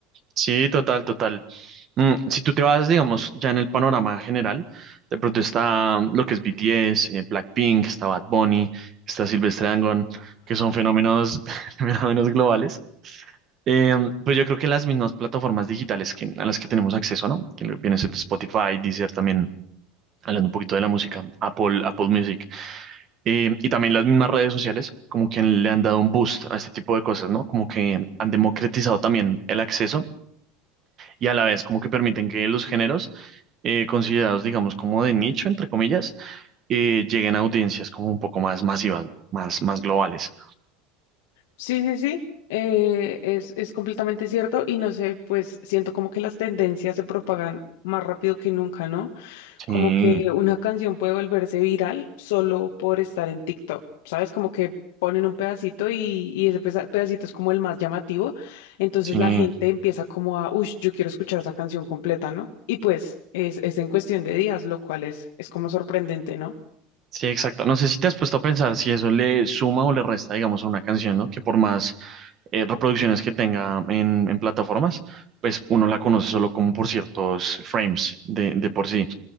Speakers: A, on the right; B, on the left.
A: Sí, total, total. Mm, si tú te vas, digamos, ya en el panorama general, de pronto está mm, lo que es BTS, eh, Blackpink, está Bad Bunny, está Silvestre Dangond, que son fenómenos, <laughs> fenómenos globales. Eh, pues yo creo que las mismas plataformas digitales que, a las que tenemos acceso, ¿no? Que viene siendo Spotify, Deezer también, hablando un poquito de la música, Apple, Apple Music, eh, y también las mismas redes sociales, como que le han dado un boost a este tipo de cosas, ¿no? Como que han democratizado también el acceso y a la vez como que permiten que los géneros eh, considerados, digamos, como de nicho, entre comillas, eh, lleguen a audiencias como un poco más masivas, más, más globales.
B: Sí, sí, sí, eh, es, es completamente cierto y no sé, pues siento como que las tendencias se propagan más rápido que nunca, ¿no? Como
A: Sí,
B: que una canción puede volverse viral solo por estar en TikTok, ¿sabes? Como que ponen un pedacito y, y ese pesa- pedacito es como el más llamativo, entonces
A: sí,
B: la gente empieza como a, uy, yo quiero escuchar esa canción completa, ¿no? Y pues es, es en cuestión de días, lo cual es, es como sorprendente, ¿no?
A: sí, exacto. No sé si te has puesto a pensar si eso le suma o le resta, digamos, a una canción, ¿no? Que por más eh, reproducciones que tenga en, en plataformas, pues uno la conoce solo como por ciertos frames de, de por sí.